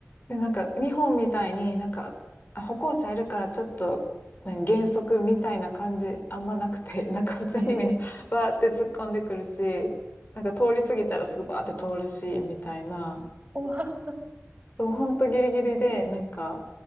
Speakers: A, on the left; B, on the right.
A: で、なんか日本みたいになんかあ歩行者いるからちょっと何減速みたいな感じあんまなくて、<laughs> なんか普通にみんな
B: えー、
A: <laughs> バーって突っ込んでくるし、なんか通り過ぎたらすぐバーって通るし、みたいな。
B: 怖っ。
A: そう、ほんとギリギリで、なんか、